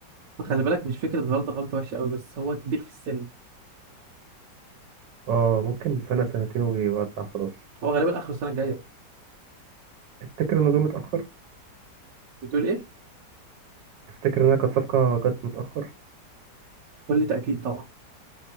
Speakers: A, on the right (about 60°); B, on the right (about 80°).
A: خلي بالك مش فكرة غلطة غلطة وحشة قوي بس هو كبير في السن
B: اه ممكن سنة سنتين ويودع خلاص
A: هو غالبا آخر السنة الجاية
B: تفتكر انه جه متأخر
A: بتقول إيه؟
B: تفتكر انها كانت صفقة جت متأخر
A: كل تأكيد طبعا